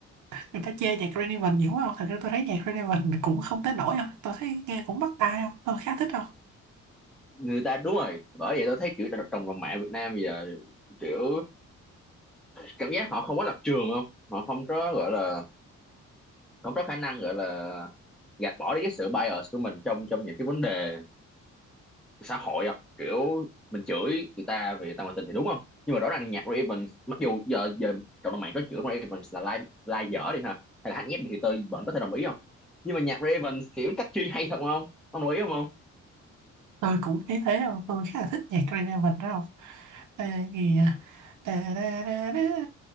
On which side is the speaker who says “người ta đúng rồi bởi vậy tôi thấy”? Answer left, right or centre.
Centre